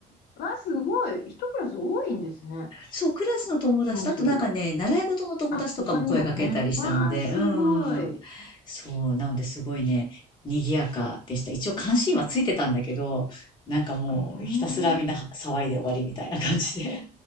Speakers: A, on the left; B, on the left.
A: わあ、すごい。一クラス多いんですね。
B: そう、クラスの友達と、
A: 気もする。
B: あとなんかね、習い事の友達とかも声かけたりしたので、
A: あ、他にもね。わあ、すごい。
B: うん。そう、なのですごいね、賑やかでした。一応関心はついてたんだけど、なんかもうひたすらみんな騒いで終わりみたいな感じで。
A: うーん。